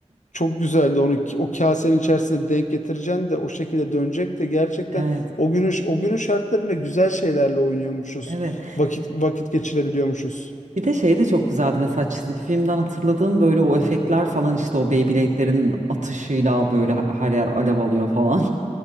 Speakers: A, on the left (about 80°); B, on the right (about 80°).
A: Çok güzeldi onu o kasenin içerisine denk getireceksin de o şekilde dönecek de gerçekten
B: Evet.
A: o günün o günün şartlarında güzel şeylerle oynuyormuşuz.
B: Evet.
A: Vakit vakit geçirebiliyormuşuz.
B: Bir de şey de çok güzeldi mesela çizgi filmden hatırladığım böyle o efektler falan işte o Beyblade'lerin atışıyla böyle her yer alev alıyor falan.